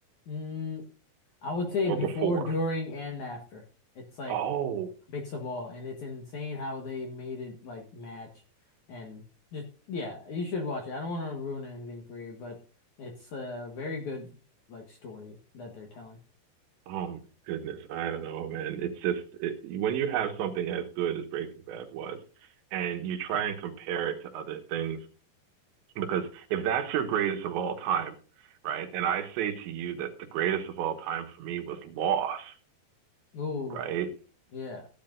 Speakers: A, on the left; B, on the right.
A: Mm, I would say
B: or
A: before,
B: before?
A: during, and after. It's like
B: Oh,
A: mix of all, and it's insane how they made it like match and just yeah, you should watch it. I don't want to ruin anything for you, but it's a very good like story that they're telling.
B: Oh my goodness, I don't know, man. It's just it, when you have something as good as Breaking Bad was, and you try and compare it to other things, because if that's your greatest of all time, right? And I say to you that the greatest of all time for me was Lost,
A: Ooh,
B: right?
A: yeah,